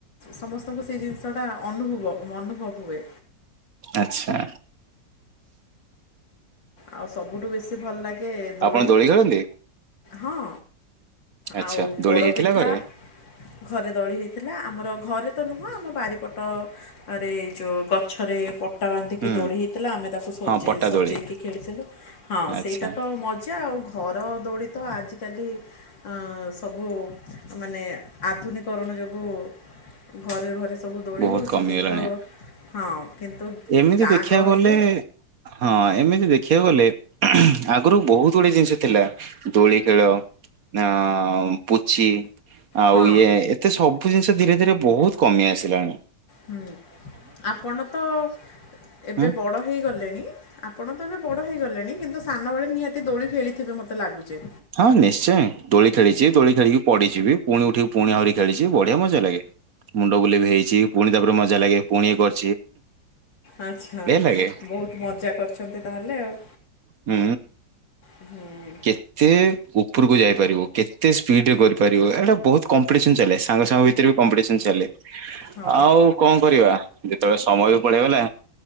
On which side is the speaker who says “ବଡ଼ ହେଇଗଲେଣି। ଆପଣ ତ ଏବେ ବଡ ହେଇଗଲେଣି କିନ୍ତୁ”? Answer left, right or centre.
Left